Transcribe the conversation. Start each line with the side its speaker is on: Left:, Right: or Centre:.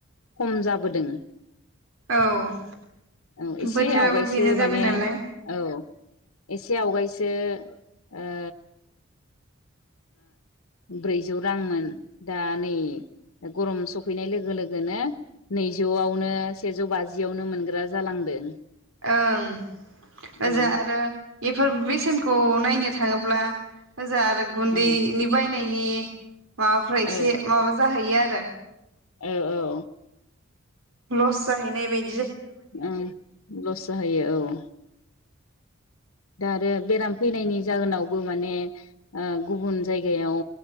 Left: खम जाबोदों।
Right: औ
Left: औ
Right: बोथोराबो
Left: एसे आवगायसो
Right: बेनो जाबाय
Left: माने
Right: नालाय
Left: औ एसे आवगायसो दो ओ ब्रैजौ रांमोन दा नै गरम सफैनाय लोगो लोगोनो नैजौआवनो सेजौ बाजियावनो मोनग्रा जालांदों।
Right: ओं ओजो
Left: उम
Right: आरो बेफोर बेसेनखौ नायनो थाङोब्ला ओजो आरो गुन्दैनि
Left: औ
Right: बायनाय नि माबाफ्रा एसे
Left: औ
Right: माबा जाहैयो आ <inaudible>
Left: औ औ।
Right: लस जाहैनाय बाय
Left: ओं लस जाहैयो औ। दा आरो बेराम फैनायनि जाहोनावबो माने ओ गुबुन जायगायाव